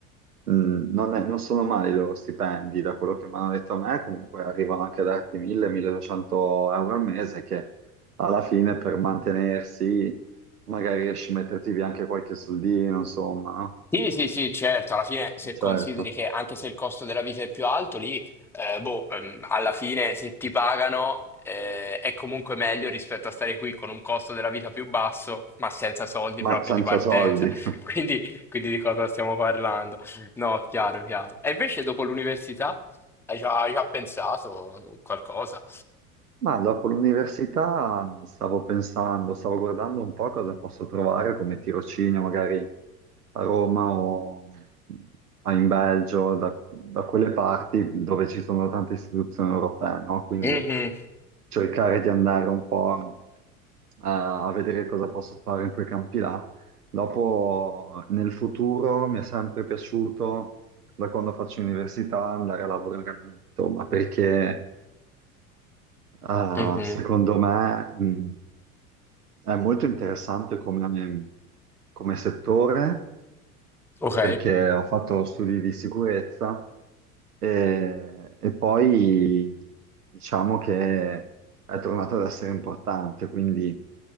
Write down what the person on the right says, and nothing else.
mh, non, è- non sono male i loro stipendi, da quello che mi hanno detto a me, comunque arrivano anche a darti 1000-1200 euro al mese che alla fine per mantenersi magari riesci a metterti via anche qualche soldino, insomma, no?
Certo,
ma
senza
soldi. <laughs>
Ma dopo l'università stavo pensando, stavo guardando un po' cosa posso trovare come tirocinio, magari a Roma o a- in Belgio, da, da quelle parti dove ci sono tante istituzioni europee, no? Quindi
cercare di andare un po' a, a vedere cosa posso fare in quei campi là. Dopo, nel futuro, mi è sempre piaciuto, da quando faccio università, andare a lavorare all'estero, ma perché... Ah,
secondo me, mh, è molto interessante come, come settore,
perché ho fatto studi di sicurezza e, e poi diciamo che è tornato ad essere importante, quindi